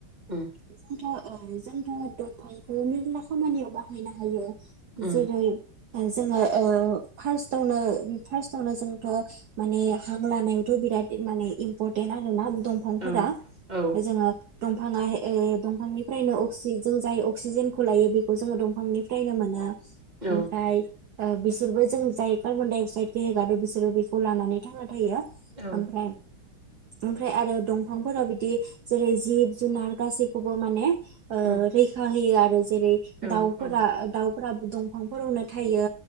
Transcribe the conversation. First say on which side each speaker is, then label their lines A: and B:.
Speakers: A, on the right; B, on the right.
A: उम
B: जोंथ' अ जोंथ' दंफांखौ मेरला खामानियाव बाहायनो हायो
A: उम
B: जेरै जोङो अ फार्स्टआवनो फार्स्टावनो जोंथ' माने हां लानायावथ' बिराद माने इम्परटेन्ट आरो ना दंफांफोरा
A: औ औ
B: जोङो दं दंफाङा एह दंफांनिफ्रायनो अक्सि जों जाय अक्सिजेनखौ लायो बेखौ जोङो दंफांनिफ्रायनो मोनो
A: औ
B: ओमफ्राय अ बिसोरबो जों जाय कार्बन डाइ अक्साइद हगारदों बिसोरो बेखौ लानानै थांना थायो
A: औ
B: ओमफ्राय ओमफ्राय आरो दंफांफोराव बिदि जेरै जिब जुनार गासैखौबो माने अ
A: उम
B: रैखा होयो आरो जेरै
A: औ
B: दाउफोरा
A: औ
B: दाउ फोराबो दंफांफोरावनो थायो